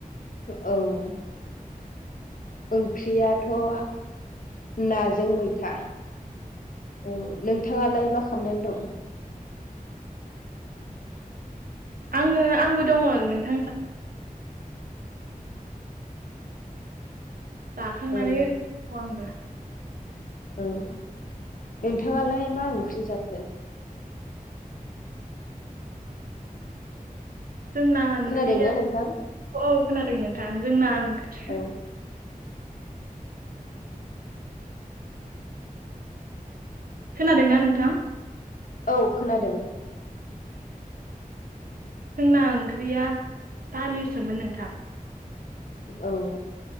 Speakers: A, on the left (about 65°); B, on the right (about 75°).
A: औ ओंख्रियाथ' नाजों मैथा। औ नोंथाङालाय मा खालामनानै दं?
B: आङो आंबो दङ नोंथां जाखांनानै
A: औ
B: ओरैनो दं आंबो
A: औ नोंथाङालाय मा ओंख्रि जाखो।
B: जोंना ओंख्रिया
A: खोनादोंना नोंथां
B: औ खोनादों नोंथां जोंना ओंख्रिया
A: औ
B: खोनादों ना नोंथां?
A: औ खोनादों।
B: जोंना ओंख्रिया दालिसोमोन नोंथां।
A: औ